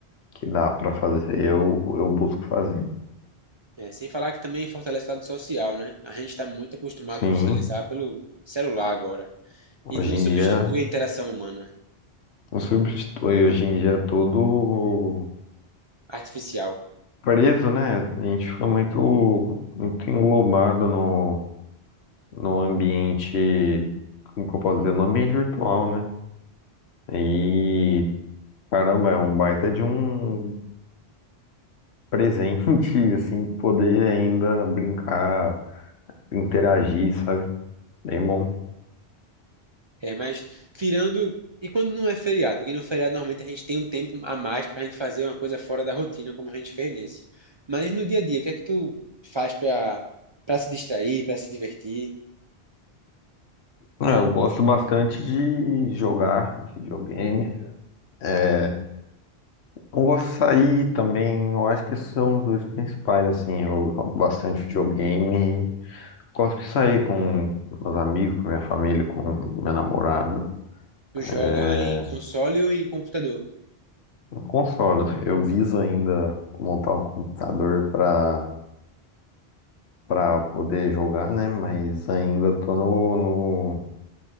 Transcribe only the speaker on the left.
que dá pra fazer, eu, eu busco fazer.
Sim,
hoje
em
dia
não substitui, hoje em dia é todo
preso, né? A gente fica muito, muito englobado no, no ambiente, como que eu posso dizer, no ambiente virtual, né? E caramba, é um baita de um presente, <laughs> assim, poder ainda brincar interagir, sabe? Bem bom.
É, eu gosto bastante de jogar videogame. É, eu gosto de sair também. Eu acho que esses são os dois principais, assim. Eu jogo bastante videogame. Gosto de sair com meus amigos, com minha família, com minha namorada.
É,
um console. Eu viso ainda montar um computador para para poder jogar, né? Mas ainda tô no, no,